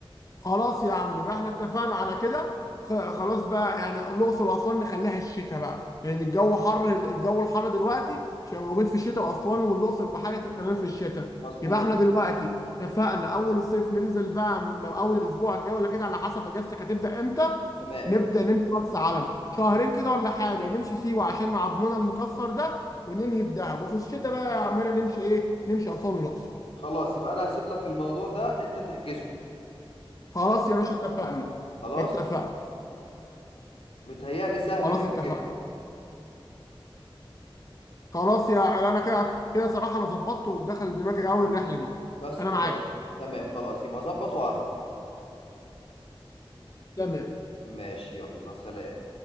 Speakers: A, on the left; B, on the left.
A: خلاص يا عم بقى احنا اتفقنا على كده خ- خلاص بقى يعني الاقصر واسوان نخليها الشتاء بقى لان الجو حر الجو الحر دلوقتي مش هيبقى موجود في الشتاء واسوان والاقصر بحاجه تمام في الشتاء
B: مظبوط
A: يبقى احنا دلوقتي اتفقنا اول الصيف ننزل بقى لو اول الاسبوع الجاي ولا كده على حسب اجازتك هتبدا امتى
B: تمام
A: نبدا نمشي مرسى علم شهرين كده ولا حاجه نمشي سيوه عشان مع عضمنا المكسر ده وننهي بدهب وفي الشتاء بقى يا عمنا نمشي ايه نمشي اسوان والاقصر
B: خلاص يبقى أنا هسيب لك الموضوع ده أنت تحجزه
A: خلاص يا باشا اتفقنا
B: خلاص
A: اتفقنا
B: متهيألي سهل
A: خلاص
B: كده
A: اتفقنا
B: جدا
A: خلاص يا انا كده كده صراحه انا ظبطت ودخلت دماغي قوي الرحله دي
B: بس
A: انا
B: خلاص
A: معاك
B: تمام خلاص يبقى ظبط وعرف
A: تمام
B: ماشي يلا سلام